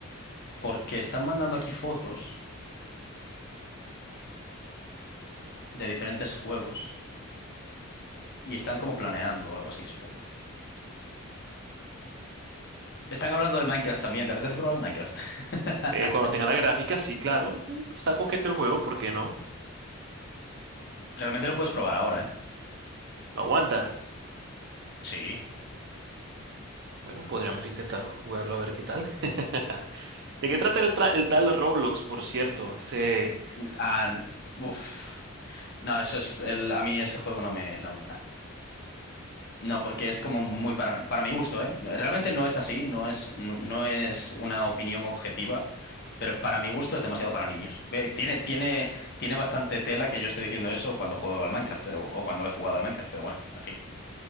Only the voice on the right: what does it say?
Eh, cuando tenga la gráfica, sí, claro. sí, está coqueto el juego, ¿por qué no?
No aguanta.
Bueno, podríamos intentar jugarlo a ver qué tal. <laughs> ¿De qué trata el, tra- el tal Roblox, por cierto? Ese...